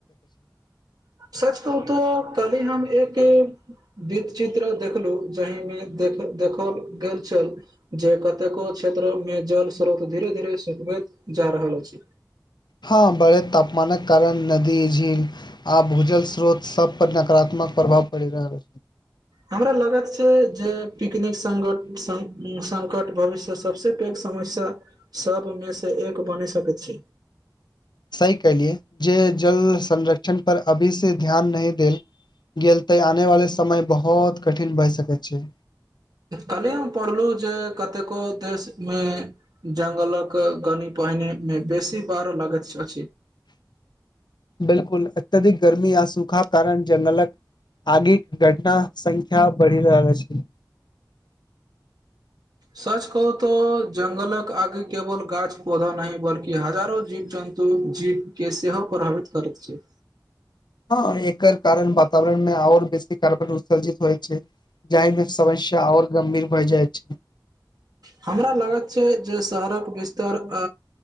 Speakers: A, on the right (about 60°); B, on the left (about 75°).
A: सच कहू तो कलि हम एक वृत चित्र देखलू जहि मे देख देखल गेल छल जे कतेको क्षेत्र मे जल स्रोत धीरे धीरे सुकबैत जा रहल अछि।
B: हँ, बढैत तापमानक कारण नदी, झील आ भूजल स्रोत सब पर नकरात्मक प्रभाव परि रहल
A: हमरा लगैत से-जे पिकनिक संग सं- सङ्कट भविष्य सबसे पैघ समस्या सपमें से एक बनि सकैत छै।
B: सही केअलियै जे जल संरक्षण पर अभी से ध्यान नहि देल गेल तै आने वाले स समय बहोत कठिन भए सक अछि।
A: कलियै हम पढ़लौं जे कतेको देशमे जङ्गलक कनी पहिने में बेसी बाढ़ लगैत छ-अछि।
B: बिलकुल, अत्यधिक गर्मी आ सूखा कारण जंगलक आगिक घटना संख्या बढ़ि रहल अछि।
A: सच कहू तऽ जङ्गलक आगि केवल गाछ, पौधा नहि बल्कि हजारों जीव जन्तु जीवके सेहो प्रभावित करैत छै।
B: ह, एकर कारण वातावरण मे आओर बेसी कारबन उत्सर्जित होइ छै जाहिमे समश्या आओर गंभीर भए जाइत छै।
A: हमरा लागैत छै जे शहरक विस्तर आ